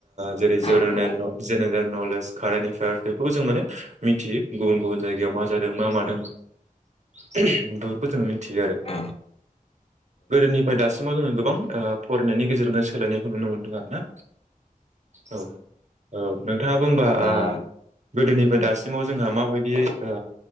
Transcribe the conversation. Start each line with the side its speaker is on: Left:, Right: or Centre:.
Right: जेरै ज
Left: आङो
Right: जेनेरेल नलेज। कारेन्ट एफियार बेफोरखौ जों मोने मिथियो गुबुन गुबुन जायगायाव मा जा दों मा मादों। बेफोरखौ जोङो मिथियो आरो
Left: औ
Right: गोदोनिफ्राय दासिमाव जोङो गोबां ओ फरायनायनि गेजेरजोंनो सोलायनायखौ नुनो मोनदों आरो ना। औ औ नोंथाङा बुंबा
Left: दा
Right: ओ गोदोनि फ्राय दासिमाव जोंहा माबायदियै ओ